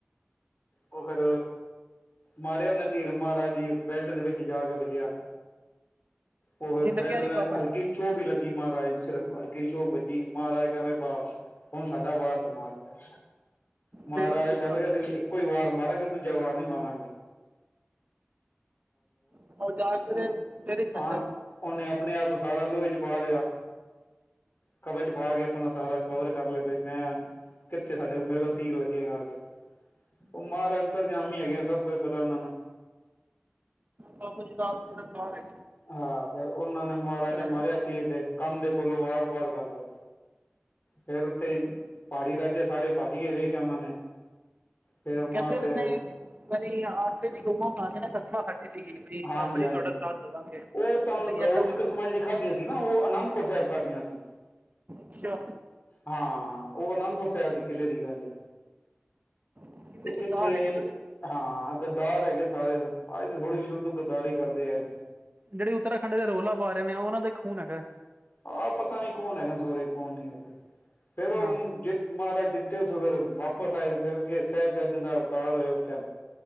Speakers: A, on the left; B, on the right.
A: ਓ ਫਿਰ ਮਾਰਿਆ ਓਨੇ ਤੀਰ ਮਹਾਰਾਜ ਦੀ ਬੈਲਟ ਦੇ ਵਿੱਚ ਜਾ ਕੇ ਵਾਜਿਆ। ਓ ਫਿਰ
B: ਇਹ ਲੱਗਿਆ
A: ਬੈਲਟ
B: ਨਹੀਂ
A: ਦਾ
B: ਬਾਬਾ
A: ਹਲਕੀ ਜੀ ਚੋਬ ਈ ਲੱਗੀ ਮਹਾਰਾਜ ਨੂੰ ਸਿਰਫ਼, ਹਲਕੀ ਜੀ ਚੋਬ ਵੱਜੀ ਮਹਾਰਾਜ ਕਹਿਣ ਲਗੇ ਬਸ ਹੁਨ ਸਾਡਾ ਵਾਰ ਸੰਭਾਲ ਫੇਰ। ਮਹਾਰਾਜ
B: ਫਿਰ ਉਹਦੇ ਬਾਅਦ
A: ਕਹਿਨ ਲੱਗੇ ਅਸੀਂ ਇੱਕੋ ਈ ਵਾਰ ਮਾਰਾਂਗੇ, ਦੂਜਾ ਵਾਰ ਨੀ ਮਾਰਾਂਗੇ।
B: <unintelligible>
A: ਹੁਨ
B: ਫਿਰ ਇੱਕ ਬੰਦਾ
A: ਆ ਓਨੇ ਅਪਨੇ ਆਪ ਨੂੰ ਸਾਰਾ ਲੋਹੇ 'ਚ ਪਾ ਲਿਆ। ਕਵਚ ਪਾ ਕੇ ਆਪਣਾ ਸਾਰਾ ਕਵਰ ਕਰ ਲਿਆ ਬਈ ਮੈਂ ਹੁਨ ਕਿੱਥੇ ਸਾਡੇ ਮੇਰੇ ਵੱਲ ਤੀਰ ਲੱਗੇਗਾ ਆ ਕੇ। ਓ ਮਹਾਰਾਜ ਅੰਤਰਜਾਮੀ ਹੈਗੇ ਨ ਸਭ ਕੁਝ ਪਤਾ ਓਨਾਂ ਨੂੰ।
B: ਬਾਬਾ ਜੀ ਰਾਤ <unintelligible>
A: ਹਾਂ ਫਿਰ ਓਨਾਂ ਨੇ ਮਹਾਰਾਜ ਨੇ ਮਾਰਿਆ
B: ਰਹੇ
A: ਤੀਰ ਦੇ ਕੰਧ ਦੇ ਕੋਲੋਂ ਆਰ ਪਾਰ ਕਰਤਾ। ਫੇਰ ਉਥੇ ਪਹਾੜੀ ਰਾਜੇ ਸਾਰੇ ਭੱਜ ਗਏ ਵੇਖਿਆ ਓਨਾਂ ਨੇ। ਫੇਰ ਮਾਂ
B: ਕਹਿੰਦੇ ਏਨਾਂ
A: ਤੇ
B: ਨੇ ਪਤਾ ਨਹੀਂ ਆਟੇ ਦੀ ਗਊਆਂ ਬਨਾ ਕੇ ਨਾ ਕਸਮਾਂ ਖਾਦੀ ਸੀਗੀ। ਵੀ
A: ਹਾਂਜੀ-ਹਾਂਜੀ,
B: ਬਾਬਾ ਜੀ ਤੁਹਾਡਾ ਸਾਥ ਦੇਵਾਂਗੇ
A: ਓ ਤਾਂ
B: ਪਤਾ ਨਹੀਂ
A: ਗਊ
B: ਐਦਾਂ
A: ਦੀ
B: ਕੁਝ
A: ਕਿਸਮਾਂ ਜੇੜੀ ਖਾਧੀਆਂ ਸੀ। ਸੀ ਨਾ ਓ ਅਨੰਦਪੁਰ ਸਾਹਿਬ ਖਾਦੀਆਂ ਸੀ।
B: ਅੱਛਾ।
A: ਹਾਂ ਓ ਅਨੰਦਪੁਰ ਸਾਹਿਬ ਦੀ ਕਿਲੇ ਦੀ ਗੱਲ ਏ।
B: ਕਿੰਨੇ
A: ਤੇ
B: ਕਿਦਾਰ
A: ਏਥੇ
B: ਹੈਗੇ ਨਾ
A: ਹਾਂ ਗੱਦਾਰ ਹੈਗੇ ਸਾਰੇ, ਅੱਜ ਦੇ ਥੋੜ੍ਹੀ ਸ਼ੁਰੂ ਤੋਂ ਗੱਦਾਰੀ ਕਰਦੇ ਐਨ।
B: ਜੇੜੇ ਉਤਰਾਖੰਡ ਤੇ ਰੋਲਾ ਆ ਰਹੇ ਨੇ, ਓ ਓਨਾਂ ਦਾ ਈ ਖੂਨ ਹੈਗਾ।
A: ਆਹ ਪਤਾ ਨੀ ਕੌਣ ਹੈਗੇਨ ਸੋਰੇ ਕੌਣ ਨੀ ਹੈਗੇ ਫੇਰ ਉਹ
B: ਹਾਂ
A: ਜਿੱਤ ਮਹਾਰਾਜ ਜਿੱਤੇ ਓਥੋਂ ਫਿਰ ਵਾਪਿਸ ਆਏ ਫੇਰ ਅੱਗੇ ਸਾਹਿਬਜ਼ਾਦੇ ਦਾ ਅਵਤਾਰ ਹੋਇਆ ਉਸ ਟਾਈਮ।